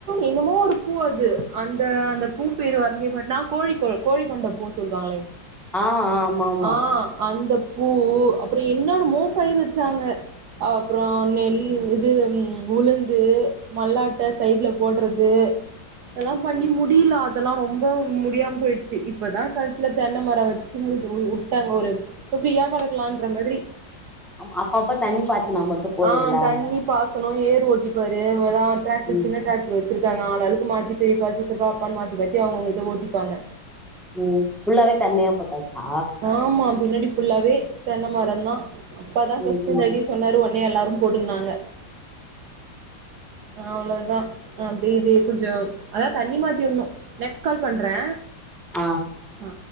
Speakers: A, on the right (about 65°); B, in the centre.
A: என்னமோ ஒரு பூ அது அந்த அந்த பூ பேர் அங்கிய பட்னா கோழி கோல கோழிக் கொண்ட பூ சொல்லுவாங்களே
B: ஆ ஆ ஆமா ஆமா
A: ஆ அந்த பூ அப் அப்புறோ என்னன்னு மோ பயிர் வச்சாங்க அப்புறோ நெல் இது உளுந்து மல்லாட்ட சைடுல போடுறது அதெல்லா பண்ணி முடில அத் அதெல்லா ரொம்ப முடியாம போயிடுச்சு இப்பதா கடெசில தென்ன மரோ வச்சு மூ உ உ வுட்டாங்க ஒரு இப்ப ஃப்ரீயா கெடக்கலான்ற மாதிரி
B: அப்ப- அப்பப்ப தண்ணி பாய்ச்சனா மட்டு போதுல்ல
A: ஆ தண்ணி பாசனோ ஏர் ஓட்டிப்பாரு எதாவ் ட்ராக்டர்
B: ம்
A: சின்ன ட்ராக் உ வச்சிருக்காங்க ஆளு ஆளுக்கு மாத்தி பெரியப்பா சித்தப்பா அப்பானு மாத்தி மாத்தி அவங்க இத ஓட்டிப்பாங்க
B: உ ஃபுல்லாவே தன்னியா போட்டாச்சா
A: ஆமா பின்னாடி ஃபுல்லாவே தென்ன மரந்தா அப்பா தா ஃபஸ்ட்
B: ம்
A: இந்த
B: ம்
A: ஐடிய சொன்னாரு ஒன்னே எல்லாரு போட்டுக்குனாங்க அவ்ளோதா அப்டி இதே கொஞ்சோ அதா தண்ணி மாத்தி விட்ணு நெக்ஸ்ட் கால் பண்றே
B: ஆ
A: ஆ